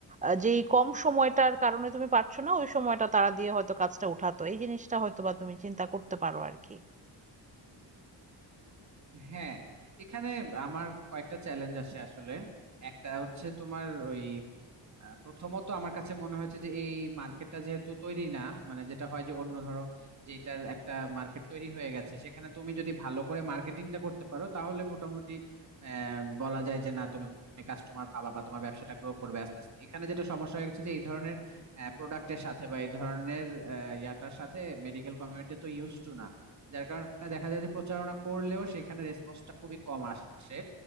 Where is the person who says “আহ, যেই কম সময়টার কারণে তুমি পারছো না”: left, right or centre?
Right